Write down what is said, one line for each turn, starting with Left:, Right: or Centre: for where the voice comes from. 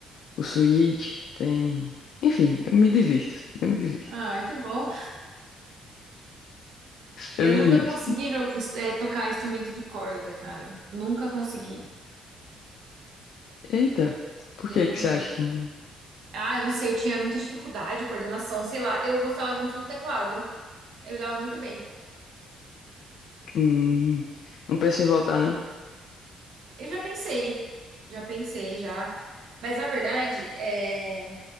Left: o Switch, tem. Enfim, eu me divirto. Eu me divirto.
Right: Ah, que bom. Eu
Left: Eu me
Right: nunca
Left: divirto.
Right: consegui jo- eh, tocar instrumento de corda, cara. Nunca consegui.
Left: Eita, por
Right: Não
Left: que que
Right: consegui.
Left: você acha que não,
Right: Ah, eu não sei, eu tinha muita dificuldade, coordenação, sei lá. Eu gostava muito do teclado. Eu me dava muito bem.
Left: hum, não pensa em voltar, não?
Right: Eu já pensei, já pensei já. Mas na verdade, é,